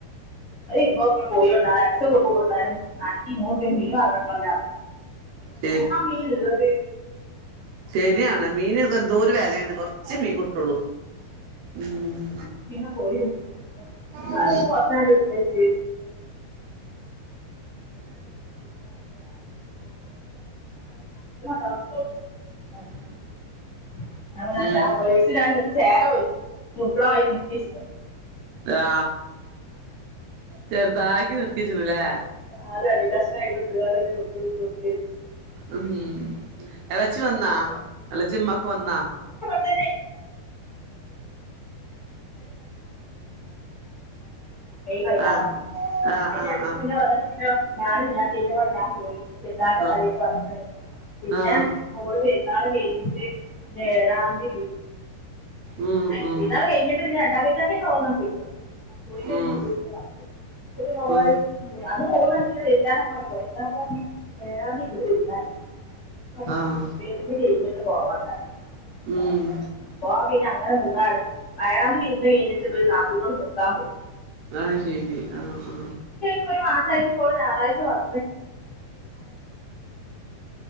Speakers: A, on the left; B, on the right.
A: ഇരുന്നൂറുപ്പയെക്ക് കോഴി കൊണ്ടനാൽ രണ്ടീസം കൂടുമ്പം കൊണ്ടനാലും അന്ക്ക് ഈ നൂറുപ്പയെക്ക് മീൻ മാങ്ങനെക്കാളും ലാഭ
B: ശരി
A: <unintelligible>
B: ശരിയാണ് മീനൊക്കെ എന്തോരു വിലയാണിപ്പൊ ച്ചി മീൻ കൂട്ടോളു ഉം
A: പ്പൊ ഞാൻ പോയിരുന്നു പയത്
B: ഉം
A: കുറച്ചണ്ട് വിട്ടച്ച് <unintelligible> <unintelligible>
B: ഉം
A: ചേന പൊരി നുറക്കണ മാതിരി നുറക്കി
B: ആ ചെറുതാക്കി നക്കിച്ചല്ലേ
A: <unintelligible>
B: ഉം എത
A: വെച്ചിട്ടുണ്ട്
B: ച്ചു വന്നാ നല്ല ചിമ്മാക്ക് വന്ന ആ
A: <unintelligible> മെയ് പതിനാറാം
B: ആഹ്
A: തീയതി
B: ആഹ് ആഹ് ആഹ്
A: <unintelligible> ഞാനും ഇല്ലാത്തോകൊണ്ട് ഞാൻ പോയി പെരുന്നാളിന്റെ
B: ആഹ്
A: തലേന്ന് വന്ന പിന്നെ
B: ആഹ്
A: മോള് പെരുന്നാള് വെ <unintelligible> ഏഴാംതി
B: ഉം
A: <inaudible>
B: ഉം
A: <inaudible> <unintelligible>
B: ഉം ഉം ആഹ് ഉം
A: അങ്ങനെ നിന്നാണ് വയനാട് വിരുന്ന് പോയി കഴിഞ്ഞിട്ട് ഇവര് നാത്തൂന്റോട്ക്ക് നിക്കാൻ പോയി
B: ആ ശരി ആ ആ
A: ഇൊ ഒരു മാസമായിട്ട്പ്പോൾ ഞായറാഴ